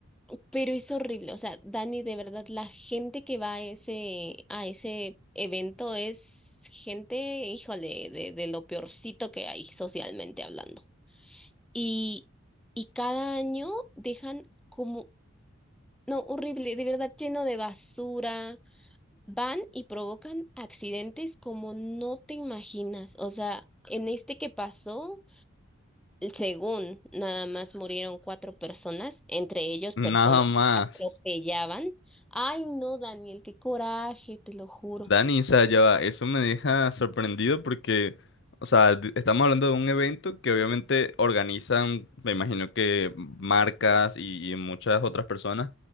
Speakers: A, in the centre; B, on the left.
A: pero es horrible. O sea, Dani, de verdad, la gente que va a ese, a ese evento es gente, híjole, de, de lo peorcito que hay socialmente hablando. Y, y cada año dejan como, no, horrible, de verdad, lleno de basura. Van y provocan accidentes como no te imaginas. O sea, en este que pasó. Según nada más murieron cuatro personas, entre ellos
B: Nada
A: personas
B: más.
A: que atropellaban. Ay, no, Daniel, qué coraje, te lo juro.
B: Dani, o sea, ya va, eso me deja sorprendido porque, o sea, d- estamos hablando de un evento que obviamente organizan, me imagino que marcas y, y muchas otras personas,